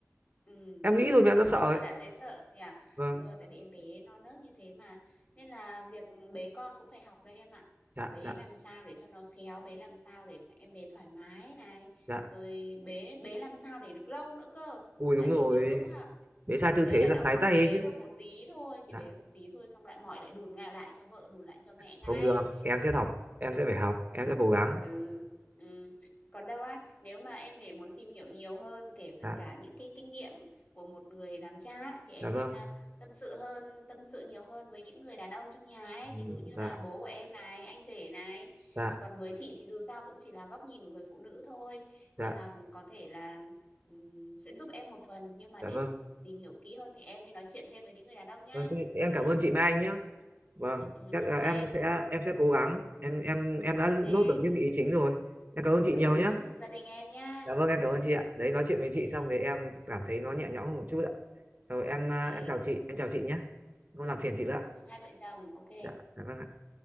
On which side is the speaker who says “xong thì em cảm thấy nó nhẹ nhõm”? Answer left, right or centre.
Right